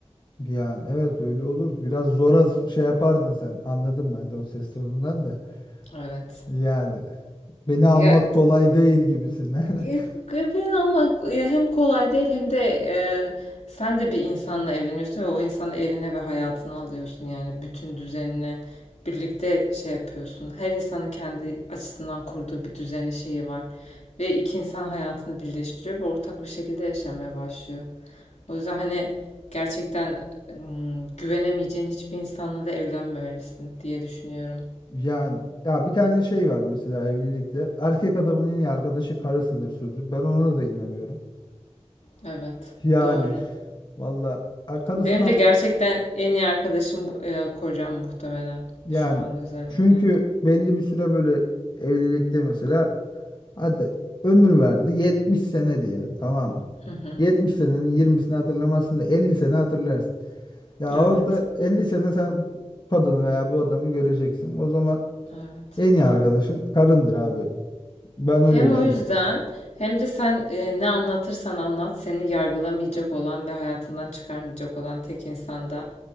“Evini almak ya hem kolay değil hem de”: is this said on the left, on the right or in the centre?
Left